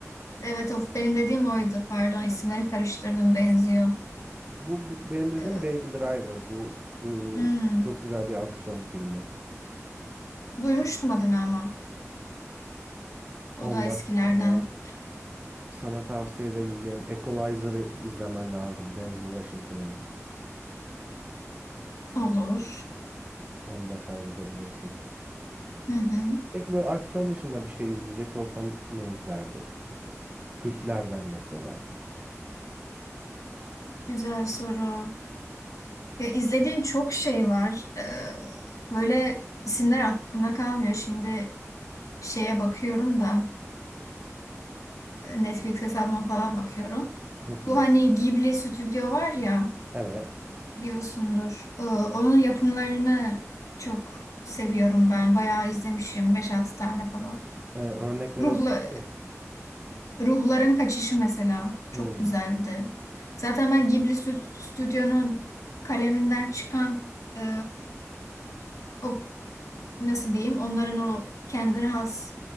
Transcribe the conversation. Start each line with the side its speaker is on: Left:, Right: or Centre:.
Left: Evet of benim dediğim oydu pardon isimleri karıştırdım benziyor.
Right: Bu b- benim dediğim
Left: Ee,
Right: Baby Driver. Bu ıı,
Left: hmm.
Right: çok güzel bir aksiyon filmi.
Left: Duymuştum adını ama o
Right: Ondan
Left: da eskilerden.
Right: sonra sana tavsiye edebileceğim Equalizer'ı izlemen lazım. Denzel Washington'ın.
Left: Olur.
Right: Onu da kaydedebilirsin.
Left: Hı hı.
Right: Peki böyle aksiyon dışında bir şey izleyecek olsam ne izlerdin? Kültlerden mesela.
Left: Güzel soru. Ya izlediğim çok şey var. Ee, böyle isimler aklımda kalmıyor. Şimdi şeye bakıyorum da e, Netflix hesabıma falan bakıyorum.
Right: Hı hı.
Left: Bu hani Ghibli stüdyo var ya
Right: Evet.
Left: biliyorsundur. Ee, onun yapımlarını çok seviyorum ben. Bayağı izlemişim beş altı tane falan.
Right: Ee, örnek verebilir
Left: Ruhla,
Right: misin?
Left: Ruhların Kaçışı mesela
Right: Hmm.
Left: çok güzeldi. Zaten ben Ghibli stü- stüdyonun kaleminden çıkan e, o nasıl diyeyim onların o kendine has